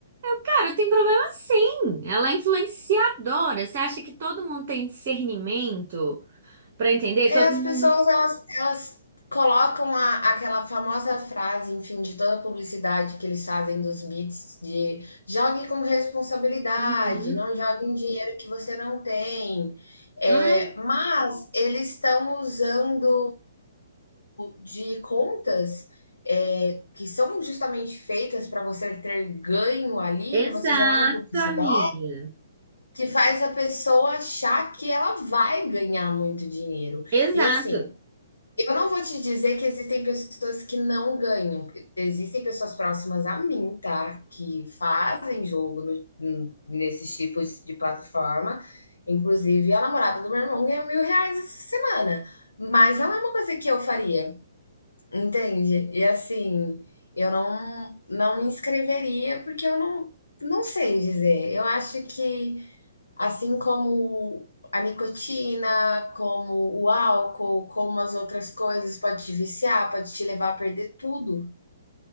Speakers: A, on the right; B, on the left.
A: Eu, cara, tem problema sim. Ela é influenciadora. Você acha que todo mundo tem discernimento pra entender?
B: É,
A: Todo
B: as
A: mundo.
B: pessoas elas, elas colocam a, aquela famosa frase, enfim, de toda publicidade que eles fazem dos beats de jogue com responsabilidade,
A: Uhum.
B: não jogue em dinheiro que você não tem. É,
A: Mas-
B: mas eles estão usando de contas é, que são justamente feitas para você ter ganho ali,
A: Exato,
B: para você gerar uma publicidade,
A: amiga.
B: que faz a pessoa achar que ela vai ganhar muito dinheiro.
A: Exato.
B: E assim, eu não vou te dizer que existem pessoas que não ganham. Existem pessoas próximas a mim, tá? Que fazem jogo no- n- nesses tipos de plataforma. Inclusive, a namorada do meu irmão ganhou mil reais essa semana. Mas não é uma coisa que eu faria, entende? E assim, eu não, não me inscreveria porque eu não, não sei dizer. Eu acho que. Assim como a nicotina, como o álcool, como as outras coisas, pode te viciar, pode te levar a perder tudo.